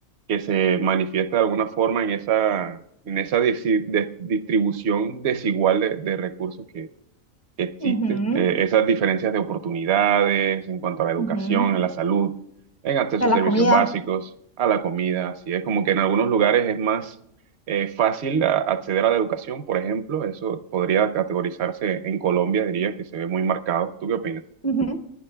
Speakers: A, on the right (about 60°); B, on the left (about 15°).
A: que se manifiesta de alguna forma en esa, en esa desi- de- distribución desigual de, de recursos que, que existe,
B: ujú,
A: Eh, esas diferencias de oportunidades en cuanto a la educación,
B: ujú.
A: en la salud, en acceso
B: A
A: a
B: la
A: servicios
B: comida.
A: básicos, a la comida, así es como que en algunos lugares es más eh, fácil a- acceder a la educación, por ejemplo, eso podría categorizarse en Colombia, diría que se ve muy marcado. ¿Tú qué opinas?
B: Ujú.